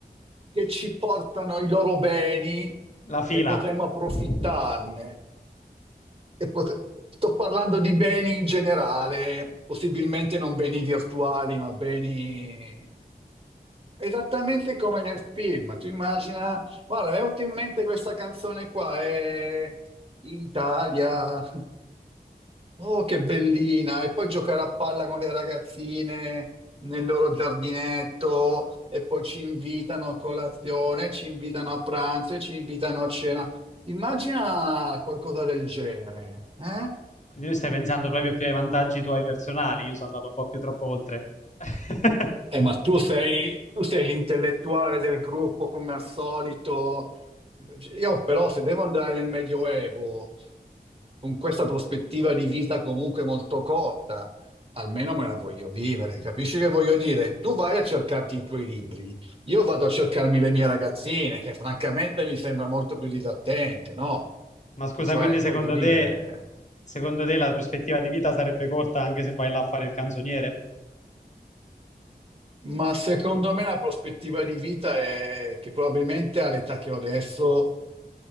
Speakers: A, on the right (about 35°); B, on the left (about 45°).
A: che ci portano i loro beni
B: La fila.
A: e potremo approfittarne.
B: <laughs>
A: E pot- Sto parlando di beni in generale, possibilmente non beni virtuali, ma beni esattamente come nel film. Tu immagina, guarda, mi è venuta in mente questa canzone qua, è Italia. Oh, che bellina! E poi giocare a palla con le ragazzine nel loro giardinetto e poi ci invitano a colazione, ci invitano a pranzo e ci invitano a cena. Immagina qualcosa del genere, eh?
B: Quindi tu stai pensando proprio più ai vantaggi tuoi personali, io sono andato un po' più troppo oltre. <laughs>
A: Eh, ma tu sei, tu sei l'intellettuale del gruppo come al solito. Io però se devo andare nel Medioevo con questa prospettiva di vita comunque molto corta, almeno me la voglio vivere, capisci che voglio dire? Tu vai a cercarti i tuoi libri, io vado a cercarmi le mie ragazzine, che francamente mi sembra molto più divertente, no?
B: Ma scusa,
A: Cioè,
B: quindi
A: voglio
B: secondo
A: dire...
B: te, secondo te la prospettiva di vita sarebbe corta anche se vai là a fare il canzoniere?
A: Ma secondo me la prospettiva di vita è che probabilmente all'età che ho adesso